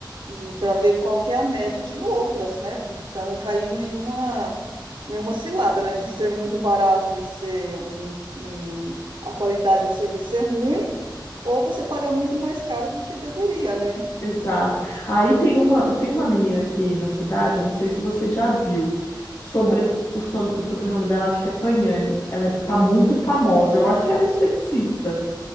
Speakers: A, on the right (about 70°); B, on the left (about 50°).
A: E para ver qual que é a média de outras, né? Para não cair em nenhuma, nenhuma cilada, né? De ser muito barato e ser um, um- a qualidade do serviço ser ruim, ou você pagar muito mais caro do que deveria, né?
B: Exato. Aí tem uma, tem uma menina aqui na cidade, eu não sei se você já viu. Sobre,
A: Ah,
B: o, son- o sobrenome dela acho que é Pagnani. Ela é- tá muito famosa. Eu acho que ela é esteticista,